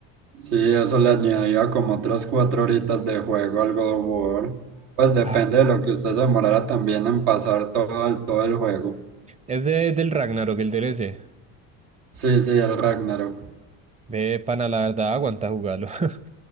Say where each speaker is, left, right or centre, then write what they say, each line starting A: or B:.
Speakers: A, on the right; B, on the right.
A: Sí, eso le añadía como otras cuatro horitas de juego al God of War. Pues depende
B: Ah,
A: de lo que usted se demorara también en pasar todo el, todo el juego.
B: es de, del Ragnarok, el DLC.
A: Sí, sí, el Ragnarok.
B: Ve, pana, la verdad, aguanta jugarlo. <laughs>